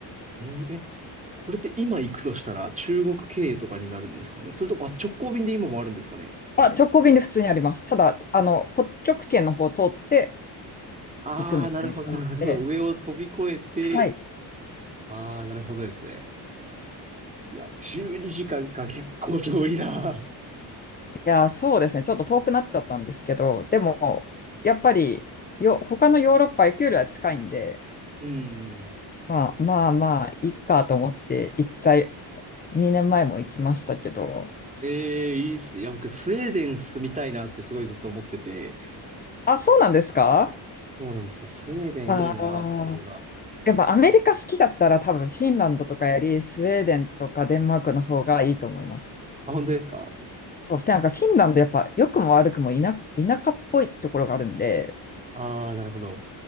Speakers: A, on the right (about 15°); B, on the left (about 20°).
A: うん、え、これって今行くとしたら中国経由とかになるんですかねそれとも、あ、直行便で今もあるんですかね
B: まあ、直行便で普通にあります。ただ、あの、北極圏の方を通って
A: ああー、
B: 行くみたいな感じで。
A: なるほど、なるほど。上を飛び越えて、
B: はい。い
A: ああ、なるほどですね。いや、12時間かんか結構遠いな。
B: や、そうですね。ちょっと遠くなっちゃったんですけど、でも、やっぱりよ、他のヨーロッパ行くよりは近いんで、
A: うん。
B: まあまあまあ、いいかと思って行っちゃい、2年前も行きましたけど。
A: ええいいっすね。いや、僕、スウェーデン住みたいなってすごいずっと思ってて、
B: あ、そうなんですか
A: そうなんですよ。スウェーデンいいなっていうのが。
B: ああやっぱアメリカ好きだったら多分フィンランドとかよりスウェーデンとかデンマークの方がいいと思います。
A: あ、本当ですか
B: そう、なんかフィンランドやっぱ良くも悪くも田、田舎っぽいところがあるんで、
A: ああー、なるほど。